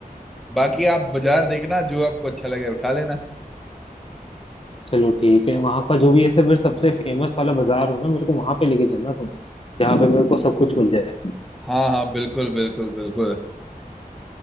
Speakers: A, in the centre; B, on the left (about 40°).
A: बाकी आप बाजार देखना जो आपको अच्छा लगे उठा लेना
B: चलो ठीक है वहां का जो भी ऐसे फिर सबसे फेमस वाला बाजार हो ना मेरे को वहां पे लेके चलना तुम जहाँ पे मेरे को सब कुछ मिल जाए
A: हाँ हाँ बिल्कुल बिल्कुल बिल्कुल